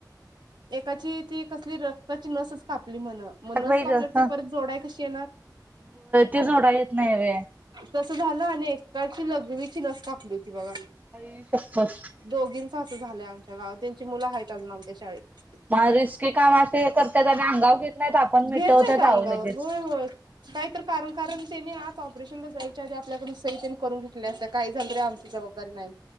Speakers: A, on the right; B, on the right.
A: एकाची ती कसली रक्ताची नसच कापली म्हन मग नस
B: बाई
A: कापल्यावर
B: ग
A: ती
B: ह
A: परत जोडायला कशी येणार
B: जोडता येत नाही होय
A: तस झालं आणि एकाची लघवीची लस कापली होती बघा
B: आई शप्पथ
A: दोघी असं झालंय आमच्या गावात त्यांची मुलं आहेत अजून आमच्या शाळेत
B: मग रिस्की काम असे हे करतात आणि अंगावर घेत नाहीत आपण
A: घेत
B: मिटवतात
A: नाहीत अंगावर
B: आहो लगेच
A: होय होय काही तर कारण त्याने आत ऑपरेशनला जायच्या आधी आपल्याकडून सही त्यांनी करून घेतल्या असल्या काही झालं रे आमची जबाबदारी नाही